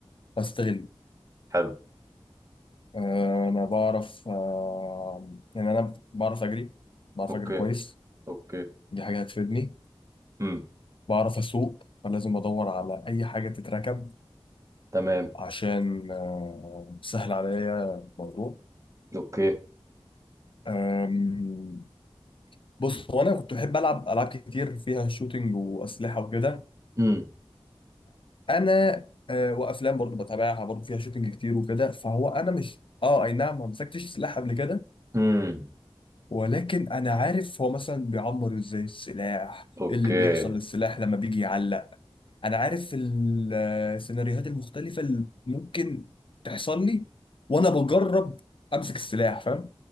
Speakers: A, on the left; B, on the right.
A: واستغله
B: حلو
A: آه، انا بعرف آه، يعني انا بعرف اجري بعرف
B: اوكي
A: اجري كويس
B: اوكي
A: دي حاجه هتفيدني
B: امم
A: بعرف أسوق فلازم أدور على أي حاجة تتركب
B: تمام
A: عشان آه، سهل عليا الموضوع
B: اوكي
A: آم، بص هو أنا كنت بحب ألعب ألعاب كتير فيها شوتينج وأسلحة وكده
B: امم
A: أنا آه، وأفلام برضو بتابعها برضو فيها شوتينج كتير وكده فهو أنا مش أه أي نعم ما مسكتش سلاح قبل كده
B: امم
A: ولكن أنا عارف هو مثلا بيعمر إزاي السلاح
B: اوكي
A: إيه اللي بيحصل للسلاح لما بيجي يعلق انا عارف ال- السيناريوهات المختلفه اللي ممكن تحصل لي وانا بجرب امسك السلاح فاهم